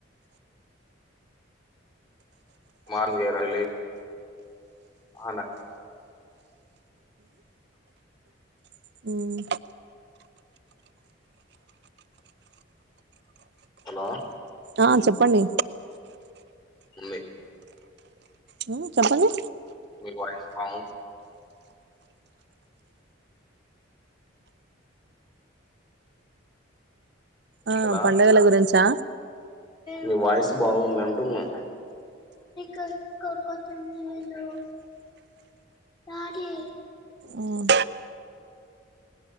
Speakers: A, on the left; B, on the right.
A: <unintelligible> లే అన
B: ఉమ్
A: హలో
B: ఆ చెప్పండి
A: మీ
B: హుమ్మ్ చెప్పండి
A: మీ వాయిస్ బాగుంది
B: అ
A: కదా
B: పండగల గురించా
A: మీ వాయిస్ బాగుంది అంటున్నా కక కథం చేయ లో రాారే
B: ఉమ్